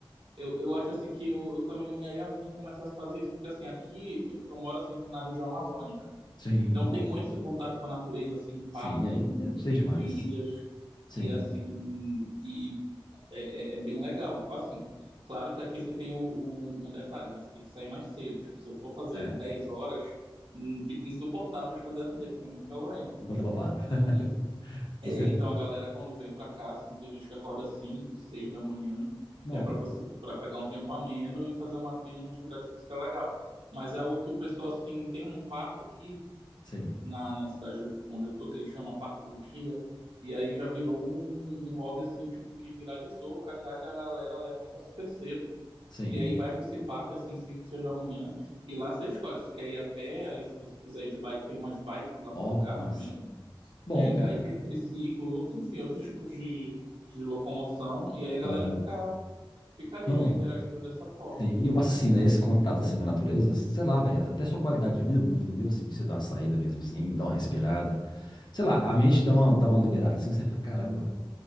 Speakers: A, on the right; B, on the left.
A: Eu, eu acho assim que eu, eu também ganharia muito se começasse a fazer isso, porque assim, aqui eu, porque eu moro assim na região amazônica.
B: Sim,
A: Então
B: não.
A: tem muito esse contato com a natureza, assim, parque
B: Sim, aí tem
A: e
B: demais.
A: trilhas,
B: Sim,
A: e assim, e é, é- é bem legal. Assim, claro que aqui você tem o, o- um detalhe, né? Você tem que sair mais cedo. Tipo, se eu for fazer
B: é.
A: 10 horas, hum, fica insuportável de fazer a trilha, porque é muito calorento.
B: Banda abafada, <laughs>
A: Então, é,
B: com certeza.
A: então a galera quando vem pra cá, assim, tem gente que acorda às 5, 6 da manhã,
B: Não,
A: que é pra para pegar um tempo ameno e fazer uma trilha, uma atividade física legal. Mas é algo que o pessoal, assim, tem um parque aqui
B: sim,
A: na, na cidade onde eu tô, que ele chama Parque do Utinga, e aí já virou um, um hobby, assim, tipo, que viralizou pra cá, que a galera levanta super cedo,
B: sim.
A: e aí vai pra esse parque, assim, 5, 6 da manhã, e lá você escolhe se quer ir a pé, aí se você quiser ir de bike, tem umas bikes lá
B: Ó,
A: pra alugar
B: que
A: também,
B: massa. Bom,
A: é,
B: cara,
A: aí tem triciclo, outros, enfim, outros tipos de, de locomoção, e aí a
B: bom.
A: galera fica, fica ali,
B: Não.
A: né, interagindo dessa forma.
B: Sim, e o massa assim, né? Esse contato assim com a natureza, sei lá, velho, até sua qualidade de vida muda, entendeu? Assim, você dá uma saída mesmo, assim, dá uma respirada. Sei lá, a mente
A: Isso.
B: dá uma, dá uma liberada assim, você fica, caramba.